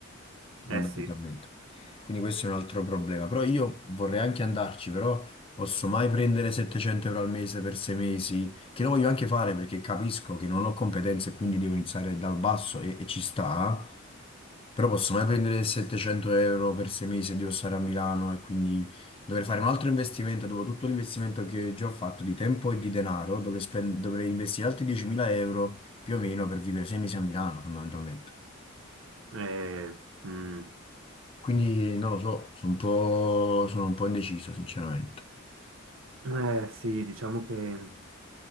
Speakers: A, on the left (about 25°); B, on the right (about 75°).
A: fondamentalmente.
B: Eh sì,
A: Quindi questo è un altro problema. Però io vorrei anche andarci, però posso mai prendere 700 euro al mese per sei mesi, che lo voglio anche fare perché capisco che non ho competenze e quindi devo iniziare dal basso e, e ci sta. Però posso mai prendere 700 euro per sei mesi e devo stare a Milano e quindi dovrei fare un altro investimento. Dopo tutto l'investimento che già ho fatto di tempo e di denaro, dovrei, spend- dovrei investire altri 10.000 euro più o meno per vivere sei mesi a Milano, fondamentalmente.
B: eh, mm.
A: Quindi non lo so, sono un po', sono un po' indeciso, sinceramente.
B: Eh sì, diciamo che